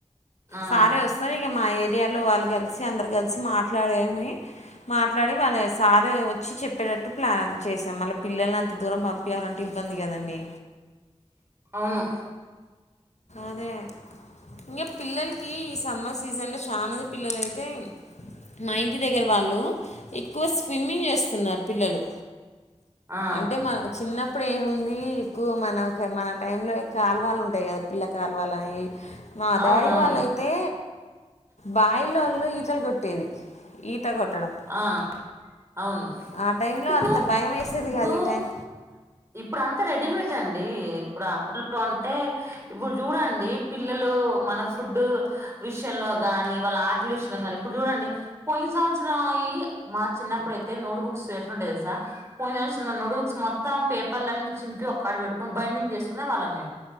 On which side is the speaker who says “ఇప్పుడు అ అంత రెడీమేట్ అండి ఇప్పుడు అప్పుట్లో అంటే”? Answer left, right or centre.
Right